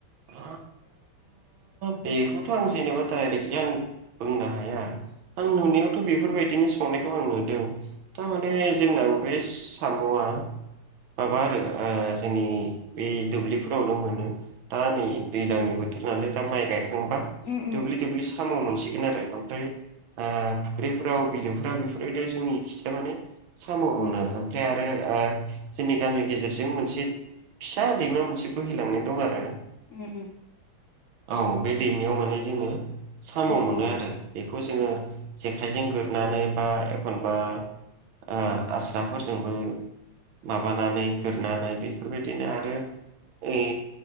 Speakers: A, on the right; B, on the left.
A: आ बेखौथ' आं जेनेबा डाइरेक्टलि आं बुंनो हाया आं नुनायावथ'
B: अ
A: बेफोरबायदिनो संनायखौ आं नुदों थारमाने
B: अ
A: जोंन बे साम'आ माबा आरो ओ जोंनि बे दुब्लिफोरावनो मोनो दा नै दैजलांनि बोथोर नालाय दा माइ गाय गायखांबा
B: उम उम
A: दुब्लि दुब्लि साम' मोनसिगोन आरो ओमफ्राय ओ फुख्रि फ्राव बिलोफ्राव बेफोरबायदियाव जोंनि खिथिजा माने साम'
B: उम
A: मोनो ओमफ्राय आरो ओ जोंनि गामि गेजेरजों मोनसे फिसा दैमा मोनसे बोहैलांनाय दं आरो
B: उम उम
A: औ बे दैमायाव माने जोङो साम'
B: अ औ
A: मोनो आरो बेखौ जोङो
B: औ
A: जेखा इजों गुरनानै बा एखनबा ओ फाजसाफोरजोंबो माबानानै गोरोननानै बेफोरबायदिनो आरो ओय